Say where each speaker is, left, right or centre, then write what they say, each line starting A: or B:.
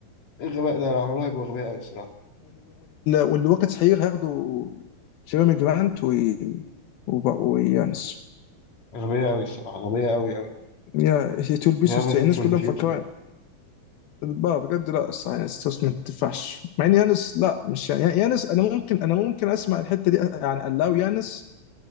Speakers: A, on the left; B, on the left.
A: ايه الغباء ده لو عملوه هيبقوا غبية قوي الصراحة
B: والوقت هيغ هياخدوا جيريمي جرانت و- وب- ويانس
A: غبية قوي الصراحة غبية قوي قوي
B: يا هي تو البيسوس
A: يا تيم
B: الناس
A: فور
B: كلها
A: ذا فيوتشر
B: مفكره بقى بجد لا الصراحه يعني ستوس ما تنفعش مع ان يانس لا مش يعني يانس انا ممكن انا ممكن اسمع الحته دي يعني الاو يانس